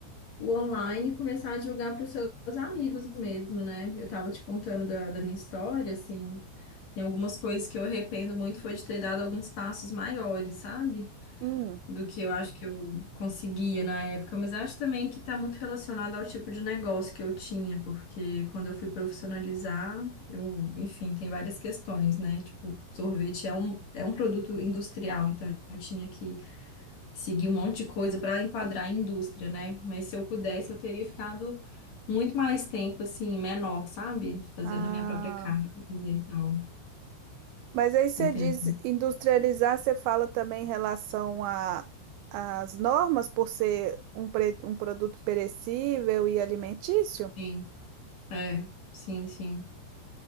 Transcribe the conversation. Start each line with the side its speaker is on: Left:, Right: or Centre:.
Left: o online começar a divulgar para os seus amigos mesmo, né? Eu tava te contando da, da minha história, assim, tem algumas coisas que eu arrependo muito foi de ter dado alguns passos maiores, sabe?
Right: Hum.
Left: do que eu acho que eu conseguia na época, mas acho também que está muito relacionado ao tipo de negócio que eu tinha, porque quando eu fui profissionalizar, eu, enfim, tem várias questões, né? Tipo, sorvete é um, é um produto industrial, então eu tinha que seguir um monte de coisa para enquadrar a indústria, né? Mas se eu pudesse, eu teria ficado muito mais tempo, assim, menor, sabe? Fazendo
Right: Ah,
Left: a minha própria casa e tal.
Right: mas aí você
Left: E tentando.
Right: diz industrializar, você fala também em relação a às normas por ser um, pre- um produto perecível e alimentício?
Left: Sim, é, sim, sim.